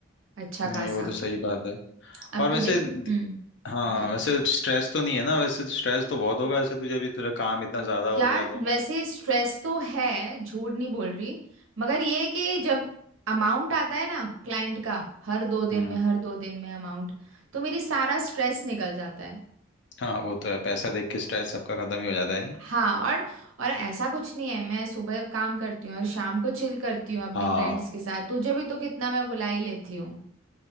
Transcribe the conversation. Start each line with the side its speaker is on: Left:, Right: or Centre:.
Right: अच्छा खासा
Left: नहीं वो तो सही बात है
Right: अब
Left: और
Right: तुझे
Left: वैसे
Right: हम्म
Left: हाँ
Right: बता
Left: वैसे स्ट्रेस तो नहीं है ना वैसे तो स्ट्रेस तो बहुत होगा वैसे तुझे भी तेरा काम इतना ज़्यादा हो
Right: यार
Left: गया तो
Right: वैसे स्ट्रेस तो है झूठ नहीं बोल रही मगर ये है कि जब अमाउंट आता है ना क्लाइंट का हर दो
Left: हम्म
Right: दिन में हर दो दिन में अमाउंट तो मेरी सारा स्ट्रेस निकल जाता है
Left: हाँ वो तो है पैसा देख के स्ट्रेस सबका खत्म ही हो जाता है नहीं
Right: हाँ और और ऐसा कुछ नहीं है मैं सुबह काम करती हूँ और शाम को चिल करती हूँ अपने
Left: हाँ
Right: फ्रेंड्स के साथ तुझे भी तो कितना मैं बुला ही लेती हूँ